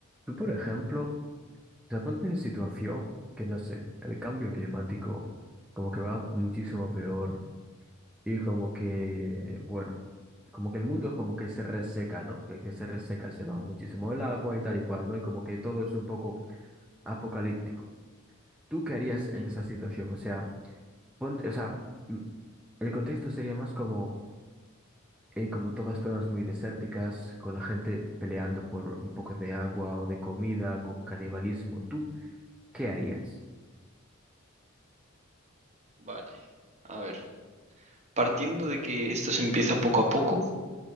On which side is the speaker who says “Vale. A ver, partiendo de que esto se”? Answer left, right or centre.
Right